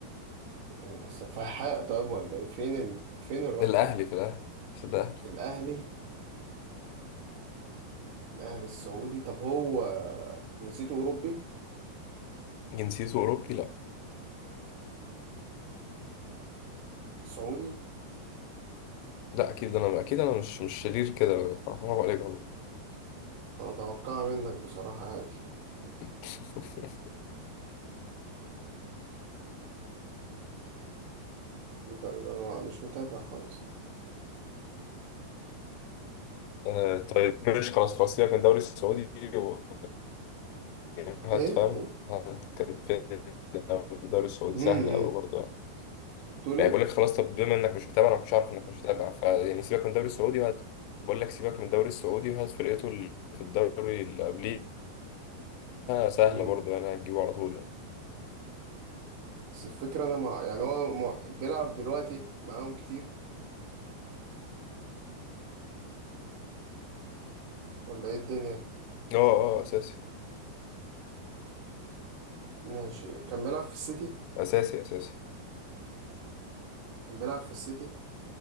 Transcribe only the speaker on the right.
إيه، سفاحة طب ولا ايه فين ال... فين الرحمة
الاهلي الاهلي السعودي طب هو جنسيته اوروبي
سعودي
انا اتوقع منك بصراحة عادي
طيب انا مش متابع خالص
ايه
ايه
امم
بتقول
ايه
امم
بس الفكره انا مع يعني هو مع... بيلعب دلوقتي معاهم كتير ولا ايه الدنيا
ماشي كان بيلعب في السيتي
كان بيلعب في السيتي